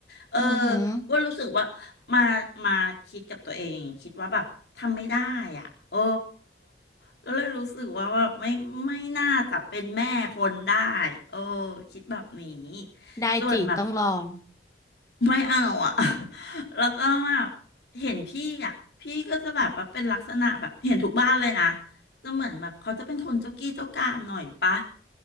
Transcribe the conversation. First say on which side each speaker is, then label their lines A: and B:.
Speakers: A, on the left; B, on the left.
A: เออ
B: อือหือ
A: อ้วนรู้สึกว่ามามาคิดกับตัวเองคิดว่าแบบทำไม่ได้อ่ะโอ้แล้วเลยรู้สึกว่าว่าไม่ไม่น่าจะเป็นแม่คนได้เออคิดแบบนี้
B: ได้จีต้องลอง
A: ส่วนแบบ ไม่เอาอ่ะ <laughs> แล้วก็แบบเห็นพี่อ่ะพี่ก็จะแบบว่าเป็นลักษณะแบบเห็นทุกบ้านเลยนะ จะเหมือนแบบเขาจะเป็นคนเจ้ากี้เจ้าการหน่อยปะ